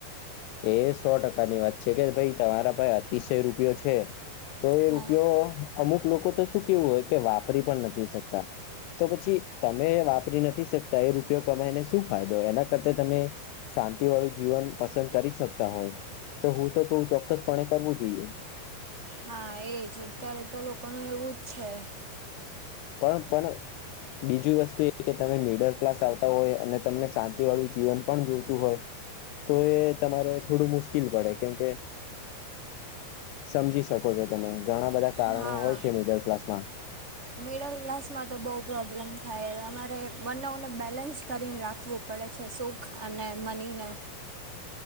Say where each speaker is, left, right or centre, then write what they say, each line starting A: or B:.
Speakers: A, on the left; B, on the right.
A: એ સો ટકા ની વાત છે કે ભાઈ તમારા પાસે અતિશય રૂપિયો છે. તો એ
B: હા
A: રૂપિયો અમુક લોકો તો શું કેવું હોય કે વાપરી પણ નથી શકતા, તો પછી તમે વાપરી નથી શક એ રૂપયો કમાયને શું ફાયદો એના કર તમે, શાંતિ વાળું જીવન પસંદ કરી શકતા હોય, તો હું તો ચોક્કસપણે કરવું જોઈએ.
B: હા એજ અત્યારે તો લોકોનું એવું જ છે.
A: પણ પણ બીજી વસ્તુ એ કે તમે મિડલ ક્લાસ આવતા હોય અને તમને શાંતિ વાળું જીવન પણ જોતું હોય. તો એ તમારે થોડું મુશ્કેલ પડે કેમકે. સમજી શકો છો તમે ઘણા બધા કારણો
B: હા
A: હોય છે મિડલ ક્લાસમાં.
B: મિડલ ક્લાસમાં તો બહુ પ્રોબ્લેમ થાય તમારે બંનેઓને બેલેન્સ કરીને રાખવું. પડે છે સુખ અને મનીને.